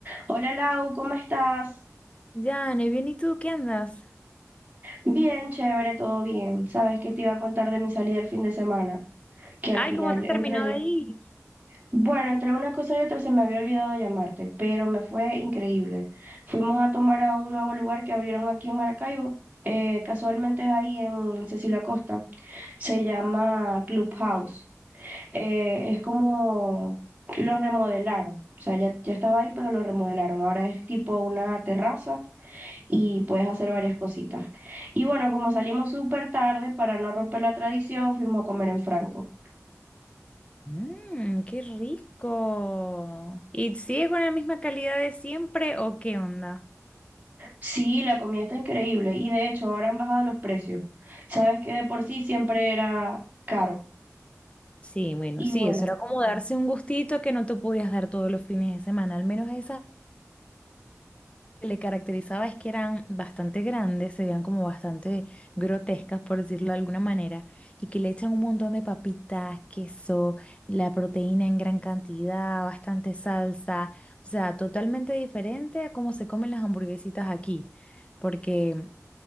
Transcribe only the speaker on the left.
Ya, ne, bien, ¿y tú qué andas?
Ay,
¿cómo te terminó
de ir?
Mmm, qué rico. ¿Y sigue con la misma calidad de siempre o qué onda?
Sí, bueno,
sí,
eso era como darse un gustito que no te podías dar todos los fines de semana, al menos a esa. que le caracterizaba es que eran bastante grandes, se veían como bastante grotescas, por decirlo de alguna manera, y que le echan un montón de papitas, queso, la proteína en gran cantidad, bastante salsa, o sea, totalmente diferente a cómo se comen las hamburguesitas aquí, porque